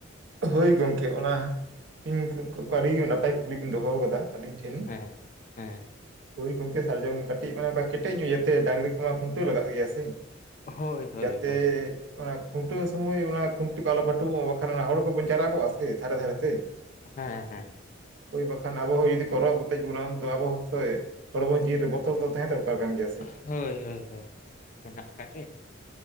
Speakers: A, on the right (about 70°); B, on the left (about 40°).
A: ᱦᱳᱭ ᱜᱚᱝᱠᱮ ᱚᱱᱟ ᱤᱧ ᱟᱹᱰᱤ ᱱᱟᱯᱟᱭ ᱠᱩᱠᱞᱤ ᱵᱤᱱ ᱫᱚᱦᱚ ᱠᱟᱫᱟ᱾ ᱟᱹᱵᱤᱱ ᱴᱷᱮᱱ
B: ᱦᱮᱸ ᱦᱮᱸ
A: ᱦᱳᱭ ᱜᱚᱝᱠᱮ ᱥᱟᱨᱡᱚᱢ ᱠᱟᱹᱴᱤᱡ ᱢᱟᱱᱮ ᱠᱟ ᱠᱮᱴᱮᱡ ᱧᱚᱜ ᱤᱭᱟᱛᱮ ᱰᱟᱝᱨᱤ ᱠᱚᱢᱟ ᱠᱷᱩᱱᱴᱟᱹ ᱞᱟᱜᱟᱜ ᱜᱮᱭᱟ ᱥᱮ
B: ᱦᱳᱭ ᱦᱳᱭ
A: ᱡᱟᱛᱮ
B: ᱦᱳᱭ
A: ᱚᱱᱟ ᱠᱷᱩᱱᱴᱟᱹᱣ ᱥᱚᱢᱚᱭ ᱚᱱᱟ ᱠᱷᱩᱱᱴᱤᱟᱹ ᱠᱚ ᱟᱞᱚ ᱯᱟᱹᱴᱩᱣ ᱢᱟ ᱵᱟᱠᱷᱟᱱ ᱚᱱᱟ ᱦᱚᱲ ᱵᱚᱱ ᱡᱟᱣᱨᱟ ᱠᱚᱣᱟ ᱥᱮ ᱫᱷᱟᱨᱮ ᱫᱷᱟᱨᱮ ᱛᱮ
B: ᱦᱮᱸ - ᱦᱮᱸ
A: ᱳᱭ ᱵᱟᱠᱷᱟᱱ ᱟᱵᱚ ᱦᱚᱸ ᱡᱩᱫᱤ ᱠᱚ ᱨᱚᱜ ᱦᱩᱴᱤᱡ ᱵᱚᱱᱟ ᱩᱱᱫᱚ ᱟᱵᱚ ᱦᱚᱥᱮ ᱦᱚᱲᱢᱚ ᱡᱤᱣᱩ ᱨᱮ ᱵᱚᱛᱚᱨ ᱫᱚ ᱛᱟᱦᱮᱸ ᱫᱚᱨᱠᱟᱨ ᱠᱟᱱ ᱜᱮᱭᱟ ᱥᱮ?
B: ᱦᱳᱭ - ᱦᱳᱭ - ᱦᱳᱭ ᱚᱱᱟ ᱢᱟ ᱢᱮᱱᱟᱜ ᱠᱟ ᱜᱮ